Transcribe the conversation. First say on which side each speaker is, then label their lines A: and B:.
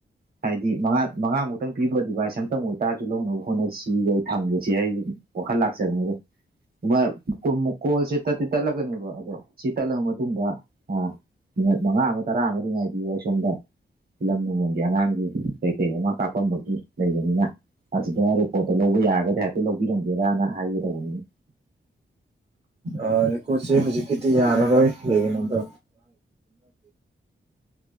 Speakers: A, on the right; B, on the right.
A: ꯍꯥꯏꯗꯤ ꯃꯉꯥ ꯃꯉꯥꯃꯨꯛꯇꯪ ꯄꯤꯕ ꯗꯤꯚꯥꯏꯁ ꯑꯝꯇꯪ ꯑꯣꯏꯇꯥꯔꯁꯨ ꯂꯧꯅꯕ ꯍꯣꯠꯅꯁꯤ ꯑꯩ ꯊꯝꯒꯤꯁꯦ ꯍꯥꯏ ꯋꯥꯈꯜ ꯂꯥꯛꯆꯥꯕꯅꯤ ꯑꯗꯨ ꯀꯣꯜꯁꯦ ꯇꯠꯇꯤ ꯇꯠꯂꯥꯒꯅꯤꯕ ꯑꯗꯣ ꯁꯤ ꯇꯠꯂꯕ ꯃꯇꯨꯡꯗ ꯑꯥ ꯃꯤꯅꯠ ꯃꯉꯥ ꯑꯃ ꯇꯔꯥ ꯑꯃꯗꯤ ꯉꯥꯏꯕꯤꯌꯣ ꯑꯩꯁꯣꯝꯗ ꯐꯤꯂꯝ ꯅꯨꯡꯂꯝꯒꯤ ꯑꯉꯥꯡꯒꯤ ꯀꯩꯀꯩ ꯑꯃ ꯀꯥꯞꯄꯝꯕꯒꯤ ꯂꯩꯕꯅꯤꯅ ꯑꯗꯨꯗ ꯔꯤꯄꯣꯔꯠꯇꯣ ꯂꯧꯕ ꯌꯥꯔꯒꯗꯤ ꯍꯥꯏꯐꯦꯠꯛꯇ ꯂꯧꯕꯤꯔꯝꯒꯦꯔꯅ ꯍꯥꯏꯒꯦ ꯇꯧꯕꯅꯤꯗ
B: ꯑꯥ ꯔꯦꯀꯣꯠꯁꯦ ꯍꯧꯖꯤꯛꯀꯤꯗꯤ ꯌꯥꯔꯔꯣꯏ ꯀꯩꯒꯤꯅꯣꯗ